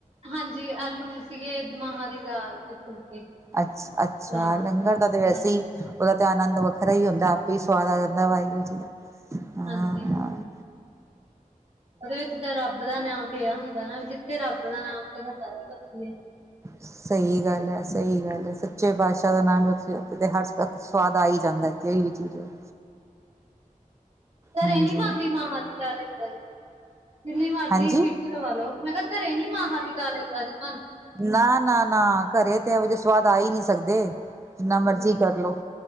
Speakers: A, on the right (about 45°); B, on the right (about 20°).
A: ਹਾਂਜੀ, ਆਲੂ ਸੀਗੇ। ਮਾਹਾਂ ਦੀ ਦਾਲ ਤੇ। ਫੁਲਕੇ
B: ਅੱਛ-ਅੱਛਾ,
A: ਸਵਾਦ
B: ਲੰਗਰ
A: ਸੀ।
B: ਦਾ ਤੇ ਵੈਸੇ
A: ਹਾਂਜੀ,
B: ਹੀ ਉਹਦਾ ਤੇ ਆਨੰਦ ਵੱਖਰਾ ਹੀ ਹੁੰਦਾ। ਵੀ ਸਵਾਦ ਆ ਜਾਂਦਾ। ਵਾਹਿਗੁਰੂ ਜੀ ਦਾ ਹਮ।
A: ਹਾਂਜੀ, ਹਾਂਜੀ। ਉਹਦੇ ਵਿੱਚ ਤਾਂ ਰੱਬ ਦਾ ਨਾਂ ਪਿਆ ਹੁੰਦਾ ਨਾ। ਜਿੱਥੇ ਰੱਬ ਦਾ ਨਾਂ, ਉੱਥੇ ਤਾਂ ਸਾਰਾ ਕੁਛ।
B: ਸਹੀ ਗੱਲ ਹੈ। ਸਹੀ ਗੱਲ ਹੈ। ਸੱਚੇ ਪਾਤਸ਼ਾਹ ਦਾ ਨਾਮ ਲੋ। ਸਵਾਦ ਆਈ ਜਾਂਦਾ ਜਿਹੜੀ ਵੀ ਚੀਜ਼ ਹੈ।
A: ਘਰੇ
B: ਹਾਂਜੀ।
A: ਨਹੀਂ ਬਣਦੀ ਮਾਂਵਾਂ ਦੀ ਦਾਲ ਏਦਾਂ ਦੀ। ਜਿੰਨੀ ਮਰਜੀ
B: ਹਾਂਜੀ,
A: ਸਿਟੀ ਲਵਾ ਲੋ ਮੈਂ ਕਿਹਾ ਘਰੇ ਨੀ ਮਾਹਾਂ ਦੀ ਦਾਲ ਏਦਾਂ ਦੀ ਬਣਦੀ।
B: ਨਾ ਨਾ ਨਾ ਘਰੇ ਤੇ ਇਹੋ ਜਿਹੇ ਸਵਾਦ ਆ ਹੀ ਨਹੀਂ ਸਕਦੇ। ਜਿੰਨਾ
A: ਬਣਦੀ।
B: ਮਰਜ਼ੀ ਕਰ ਲਉ